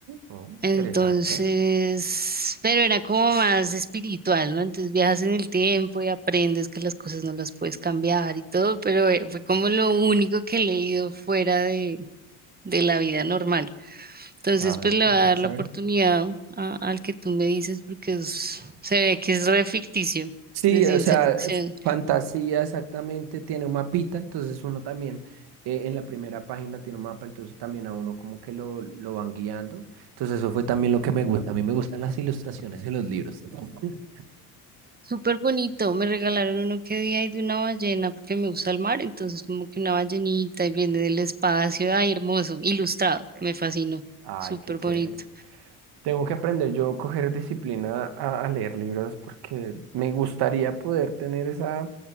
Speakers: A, on the right; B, on the right.
A: oh,
B: Entonces,
A: interesante.
B: pero era como más espiritual, ¿no? Entonces viajas en el tiempo y aprendes que las cosas no las puedes cambiar y todo, pero eh, fue como lo único que he leído fuera de, de la vida normal. Entonces,
A: Ay,
B: pues le
A: pero
B: voy a dar
A: qué chévere.
B: la oportunidad a- al que tú me dices porque es- se ve que es re ficticio,
A: Sí,
B: de ciencia
A: o sea,
B: ficción.
A: f- fantasía exactamente, tiene un mapita, entonces uno también eh, en la primera página tiene un mapa, entonces también a uno como que lo, lo van guiando. Entonces eso fue también lo que me gusta. A mí me gustan las ilustraciones en los libros. <laughs>
B: Súper bonito, me regalaron uno que día y de una ballena porque me gusta el mar, entonces como que una ballenita y viene del espacio, ay, hermoso, ilustrado, me fascinó,
A: Ay,
B: súper
A: qué chévere.
B: bonito.
A: Tengo que aprender yo a coger disciplina a, a leer libros porque me gustaría poder tener esa,